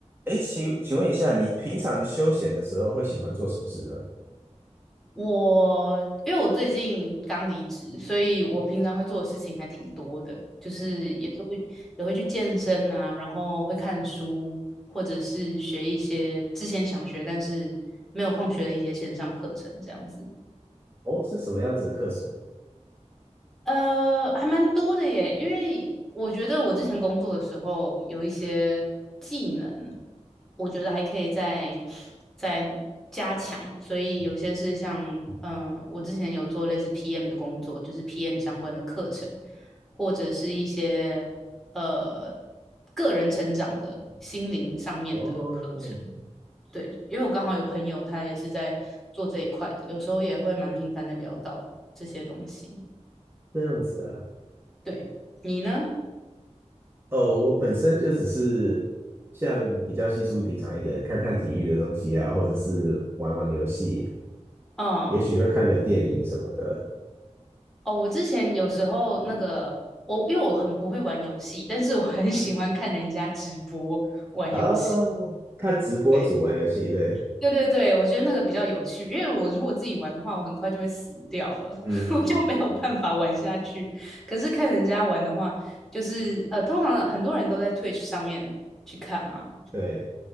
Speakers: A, on the right; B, in the centre.
A: 哎，请请问一下，你平常休闲的时候会喜欢做什么事呢？
B: 我因为我最近刚离职，所以我平常会做的事情还挺多的，就是也是会也会去健身啊，然后会看书，或者是学一些之前想学但是没有空学的一些线上课程这样子。
A: 哦，是什么样子的课程？
B: 呃，还蛮多的耶，因为我觉得我之前工作的时候有一些技能，我觉得还可以再再加强，所以有些是像，嗯、我之前有做类似 PM 的工作，就是 PM 相关的课程，或者是一些呃个人成长的心灵上面的课程。
A: 哦，
B: 对，因为我刚好有朋友他也是在做这一块，有时候也会蛮频繁的聊到这些东西。
A: 这样子啊。
B: 对，你呢？
A: 哦，我本身就只是像比较稀疏平常一点，看看体育的东西啊，或者是玩玩游戏，
B: 哦
A: 也许会看个电影什么的。
B: 哦，我之前有时候那个我，因为我很不会玩游戏，但是我很喜欢看人家直播玩游戏。
A: 啊，看直播组玩游戏，
B: 对，
A: 对，
B: 对对对，我觉得那个比较有趣，因为我如果自己玩的话，我很快就会死掉了，
A: 嗯嗯，
B: <laughs> 我就没有办法玩下去。可是看人家玩的话，就是呃，通常很多人都在 Twitch 上面去看嘛，
A: 对。